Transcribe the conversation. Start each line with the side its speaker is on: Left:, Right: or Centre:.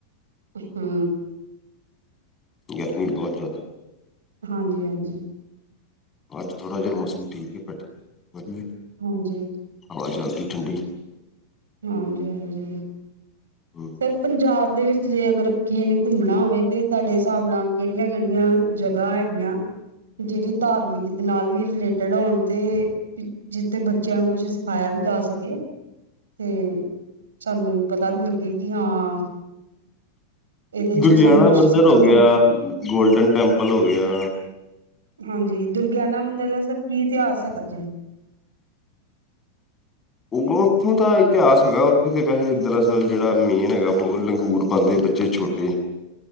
Right: ਹੂ ਹੂ
Left: ਗਰਮੀਂ ਬਹੁੱਤ ਜ਼ਿਆਦਾ
Right: ਹਾਂਜੀ ਹਾਂਜੀ
Left: ਅੱਜ ਥੋੜ੍ਹਾ ਜਿਹਾ ਮੌਸਂਮ ਠੀਕ ਹੈ ਬੈਠੇ ਵਧੀਆ।
Right: ਹਾਂਜੀ
Left: ਹਵਾ ਚੱਲਦੀ ਠੰਡੀ।
Right: ਹਾਂਜੀ, ਹਾਂਜੀ।
Left: ਹਮ
Right: ਸਰ ਪੰਜਾਬ ਦੇ ਵਿੱਚ ਜੇ ਅਗਰ ਕਿਸੇ ਨੇ ਘੁੰਮਣਾ ਹੋਵੇ ਤਾਂ ਤੁਹਾਡੇ ਹਿਸਾਬ ਨਾਲ ਕਿਹੜੀਆਂ ਕਿਹੜੀਆਂ। ਜਗ੍ਹਾ ਹੈਗੀਆਂ ਜਿਹੜੀ ਧਾਰਮਿਕ ਦੇ ਨਾਲ ਵੀ ਰਿਲੇਟਿਡ ਹੋਣ ਤੇ ਜਿੱਥੇ ਬੱਚਿਆਂ ਨੂੰ ਕੁੱਛ ਸਿਖਾਇਆ ਵੀ ਜਾ ਸਕੇ। ਤੇ ਸਾਨੂੰ ਪਤਾ ਵੀ ਲੱਗੇ ਕਿ ਹਾਂ। ਇਹਦੇ ਚ
Left: ਦੁਰਗਿਆਣਾ
Right: ਸਾਨੂੰ ਕੁਛ
Left: ਮੰਦਿਰ
Right: ਸਿੱਖਣ
Left: ਹੋ ਗਿਆ,
Right: ਨੂੰ
Left: ਗੋਲਡਨ ਟੈਂਪਲ ਹੋ ਗਿਆ।
Right: ਹਾਂਜੀ ਦੁਰਗਿਆਣਾ ਮੰਦਿਰ ਦਾ ਸਰ ਕੀ ਇਤਿਹਾਸ ਹੈਗਾ ਜੇ।
Left: ਉਥੋਂ ਦਾ ਇਤਿਹਾਸ ਹੈਗਾ ਉਥੇ ਤੇ ਵੈਸੇ ਦਰਅਸਲ ਜਿਹੜਾ ਮੇਨ ਹੈਗਾ ਵਾ ਲੰਗੂਰ ਬਣਦੇ ਬੱਚੇ ਛੋਟੇ। ਤੇ